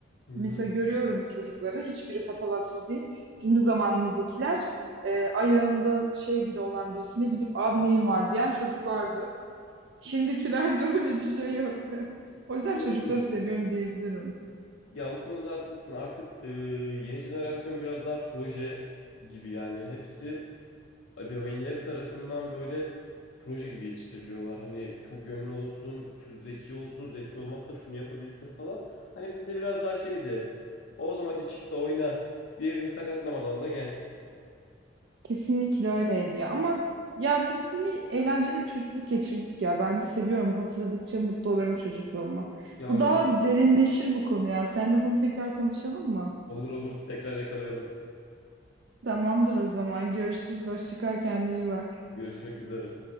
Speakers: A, on the left; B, on the right.
A: Hı hı.
B: Mesela görüyorum çocukları. Hiçbiri patavatsız değil. Bizim zamanımızdakiler e, ayağında şey bile olan birisine gidip abi neyin var diyen çocuklardı. Şimdikilerde öyle bir şey yok. <laughs> O yüzden
A: Doğru.
B: çocukları seviyorum diyebilirim.
A: Ya o konuda haklısın. Artık e, yeni jenerasyon biraz daha proje gibi yani hepsi ebeveynleri tarafından böyle proje gibi yetiştiriliyorlar. Hani çok yönlü olsun, şu zeki olsun, zeki olmazsa şunu yapabilsin falan. Hani bizde biraz daha şeydi. Oğlum hadi çık da oyna. Bir yerini sakatlamadan da gel.
B: Kesinlikle öyleydi ya. Ama ya biz yine eğlenceli bir çocukluk geçirdik ya. Ben seviyorum. Hatırladıkça mutlu oluyorum çocukluğuma.
A: Ya
B: Bu
A: öyle.
B: daha derinleşir bu konu ya. Seninle bunu tekrar konuşalım mı?
A: Olur olur tekrar yakalayalım.
B: Tamamdır o zaman. Görüşürüz. Hoşça kal. Kendine iyi bak.
A: Görüşmek üzere.